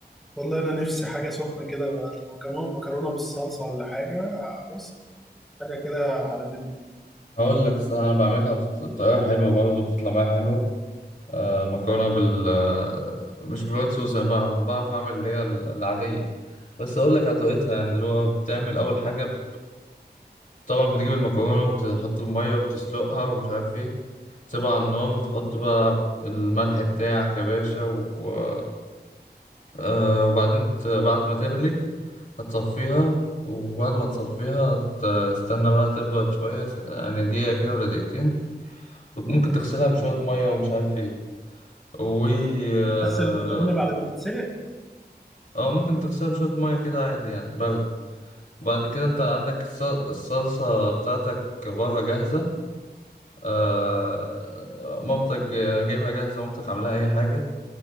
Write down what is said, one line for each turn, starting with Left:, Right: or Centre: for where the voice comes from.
Centre: والله انا نفسي حاجه سخنه كده بقى. مكرونه مكرونه بالصلصه ولا حاجه بص حاجه كده على منه
Left: هقول لك صح أنا بعملها بط- بطريقة حلوة برضه بتطلع معايا حلوة آه مكرونة بال آه، مش بالوايت صوص أنا بع- بعرف أعمل اللي هي العادية بس أقول لك على طريقتها يعني اللي هو بتعمل أول حاجة طبعا بتجيب المكرونة وتحط المية وتسلقها ومش عارف ايه تسيبها على النار وتحط بقى الملح بتاعك يا باشا و... و- آه وبعدين ت- بعد ما تغلي هتصفيها وبعد ما تصفيها تستنى بقى تبرد شوية س- يعني دقيقة كده ولا دقيقتين وممكن تغسلها بشوية مية ومش عارف ايه و اه
Centre: اغسل المكرونه بعد ما تتسلق
Left: آه، ممكن تغسلها بشوية مية كده عادي يعني برد وبعد كده انت عندك الص- الصلصة بتاعتك بره جاهزة آه، مامتك جايبها جاهزة مامتك عاملاها أي حاجة